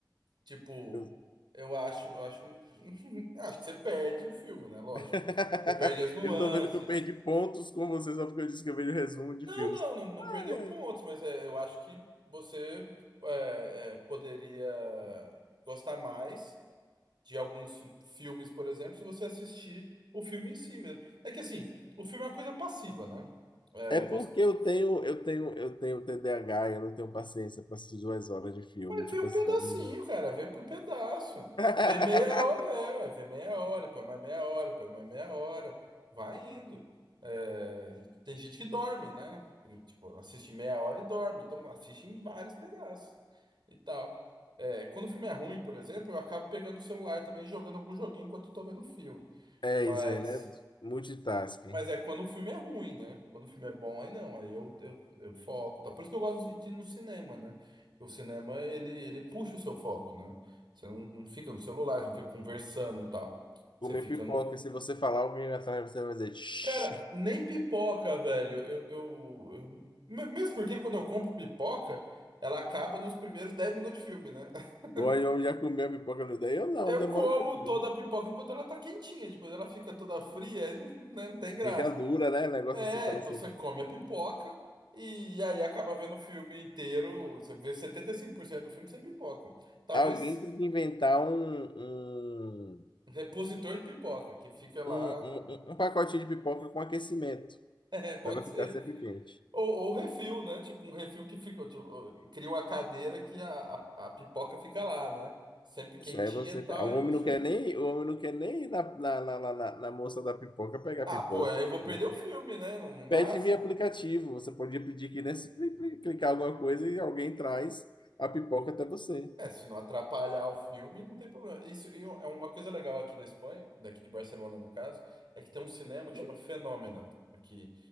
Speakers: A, on the right (about 75°); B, on the left (about 75°).
A: Tipo,
B: Eu
A: eu acho, acho, um- <laughs> acho que você perde o filme, né? Lógico.
B: <laughs>
A: Você perde as nuances.
B: eu tô vendo que eu perdi pontos com vocês só porque eu disse que eu vejo resumo de
A: Não,
B: filmes.
A: não, não, não
B: Ah,
A: perdeu
B: é.
A: pontos, mas é, eu acho que você é, é, poderia gostar mais de alguns filmes, por exemplo, se você assistir o filme em si mesmo. É que assim, o filme é uma coisa passiva, né? É,
B: É porque eu tenho, eu tenho, eu tenho TDAH, eu não tenho paciência para assistir duas horas de filme,
A: Mas
B: tipo
A: vê um
B: assim.
A: pedacinho,
B: eu não-
A: cara, vê por pedaço.
B: <laughs>
A: Vê meia hora, é, ué, vê meia hora, põe mais meia hora, põe mais meia hora. Vai indo. É, tem gente que dorme, né? E, tipo, assiste meia hora e dorme. Então assiste em vários pedaços e tal. É, quando o filme é ruim, por exemplo, eu acabo pegando o celular também e jogando algum joguinho enquanto eu tô vendo o filme.
B: É
A: Mas.
B: isso aí, né? Multitasking.
A: Mas é quando o filme é ruim, né? Quando o filme é bom, aí não, aí eu, eu, eu foco, tá? Por isso que eu gosto de ir no cinema, né? Porque o cinema, ele, ele puxa o seu foco, né? Você não, não fica no celular, você não fica conversando e tal. Você
B: Comer
A: fica
B: pipoca,
A: no...
B: se você falar, alguém atrás de você vai dizer, Shh.
A: Cara, nem pipoca, velho. Eu, eu, eu- Me- Mesmo porque quando eu compro pipoca, ela acaba nos primeiros 10 minutos de filme, né? <laughs>
B: Ou aí eu já comeu a pipoca no dia? Eu não,
A: Eu
B: demora
A: como
B: um pouquinho.
A: toda a pipoca enquanto ela tá quentinha, depois ela fica toda fria e não, né, não tem graça.
B: Fica dura, né? Negócio
A: É,
B: assim, parecendo.
A: então você come a pipoca e e aí acaba vendo o filme inteiro. Você vê 75% do filme sem pipoca. Talvez
B: Alguém tem que inventar um, um,
A: repositor de pipoca, que fica lá.
B: um, um,
A: <laughs>
B: um um pacotinho de pipoca com aquecimento,
A: É, pode
B: para ela ficar
A: ser.
B: sempre quente.
A: Ou, ou refil, né? Tipo, um refil que fica. tipo, cria uma cadeira que a, a, a pipoca fica lá, né? Sempre quentinha
B: só é você.
A: e tal,
B: O
A: aí
B: homem
A: você.
B: não quer nem, o homem não quer nem ir na, na, na, na, na- na moça da pipoca pegar
A: Ah,
B: pipoca.
A: pô, aí eu vou
B: que é
A: perder
B: isso.
A: o filme, né? Não, não dá.
B: Pede
A: assim,
B: via aplicativo. Você podia pedir que nesse pli- pli- clicar alguma coisa e alguém traz a pipoca até você.
A: É, se não atrapalhar o filme, não tem problema. Isso e um, é uma coisa legal aqui da Espanha, daqui de Barcelona no caso, é que tem um cinema que chama Fenômena aqui.